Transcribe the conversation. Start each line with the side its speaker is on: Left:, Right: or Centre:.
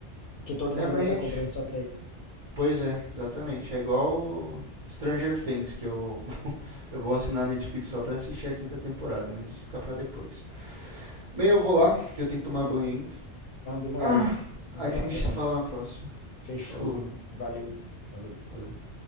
Left: Porque todo
Right: É,
Left: mundo
Right: mas
Left: vai estar
Right: gente.
Left: comprando só pra isso.
Right: Pois é, exatamente. É igual o Stranger Things, que eu, <laughs> eu vou assinar a Netflix só pra assistir a quinta temporada, mas isso fica pra depois. Bem, eu vou lá, que eu tenho que tomar banho ainda.
Left: Não, demorou.
Right: Ah, a
Left: Eu Vou
Right: gente
Left: lá também.
Right: se fala na próxima.
Left: Fechou.
Right: Falou,
Left: Valeu, cara. Falou.
Right: valeu.